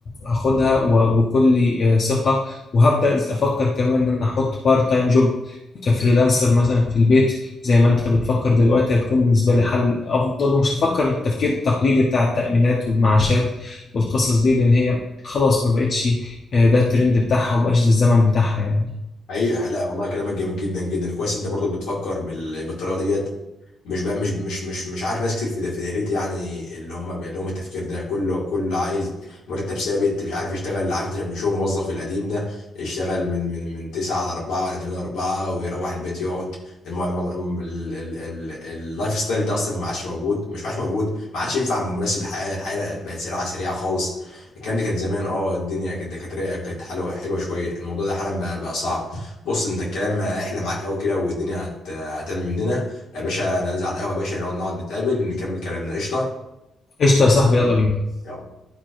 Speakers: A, on the left; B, on the left.
A: هاخدها و- وكل آه، ثقه وهبدا افكر كمان ان انا احط بارت تايم جوب كفريلانسر مثلا في البيت زي ما انت بتفكر دلوقتي هتكون بالنسبه لي حل افضل ومش هفكر التفكير التقليدي بتاع التامينات والمعاشات والقصص دي لان هي خلاص ما بقتش آه، ده الترند بتاعها وما بقاش ده الزمن بتاعها يعني
B: حقيقة لا والله كلامك جميل جدا جدا كويس انت برضو بتفكر بال... بالطريقة ديت مش بقى مش مش مش مش عارف ناس كتير في دا- في دايرتي يعني اللي هم بيبقى لهم التفكير ده كله كله عايز مرتب ثابت مش عارف يشتغل عارف انت مش هو الموظف القديم ده يشتغل من من من 9 على 4 ولا 8 على 4 ويروح البيت يقعد المهم ال- ال- ال- اللايف ستايل ده اصلا ما عادش موجود مش ما عادش موجود ما عادش ينفع مناسب للحياه الحياه بقت سريعه سريعه خالص كان كانت زمان اه الدنيا كانت دكاتره كانت حلوه حلوه شويه الموضوع ده حالا بقى بقى صعب بص انت الكلام احلى معاك قوي كده والدنيا هت- هتعمل مننا يا باشا ننزل على القهوة يا باشا نقعد نقعد نتقابل نكمل كلامنا قشطة
A: قشطه يا صاحبي يلا بينا
B: يلا